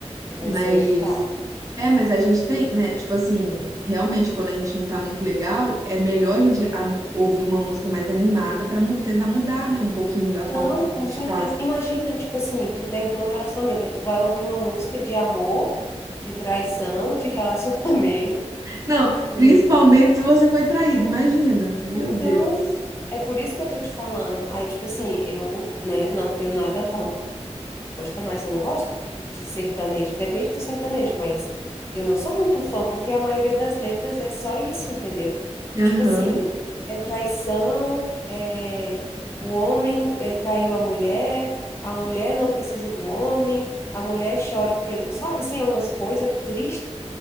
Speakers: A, on the left (about 20°); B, on the right (about 30°).
A: Vai
B: Mas
A: ser agitado.
B: é, mas a gente tem, né? Tipo assim, realmente quando a gente não tá muito legal, é melhor a gente ani- ouvir uma música mais animada para tentar mudar, né, um pouquinho da forma
A: Não,
B: como
A: com
B: a gente
A: certeza.
B: tá.
A: Imagina, tipo assim, tu terminou o relacionamento, aí tu vai ouvir uma música de amor, de traição, de <laughs> relacionamento.
B: Não,
A: Meu
B: principalmente se você foi traído, imagina. Meu
A: Então,
B: Deus.
A: é por isso que eu tô te falando. Aí, tipo assim, eu, né, não tenho nada contra, gosta, mas eu não gosto de sertanejo. Depende do sertanejo, mas eu não sou muito fã, porque a maioria das letras é só isso, entendeu?
B: Aham.
A: Tipo assim, é traição, é o homem é, traiu a mulher, a mulher não precisa do homem, a mulher chora pelo, sabe assim, é umas coisas tristes.